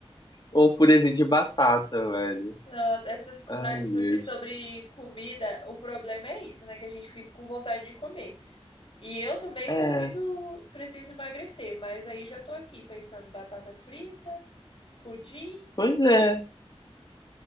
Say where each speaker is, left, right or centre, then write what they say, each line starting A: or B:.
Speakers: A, on the left; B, on the left.
A: um purezinho de batata, velho.
B: Nossa, essas conversas
A: Ai, Deus.
B: assim sobre comida, o problema é isso, né? Que a gente fica com vontade de comer. E eu também
A: É,
B: preciso preciso emagrecer, mas aí já tô aqui pensando batata frita, pudim.
A: pois é.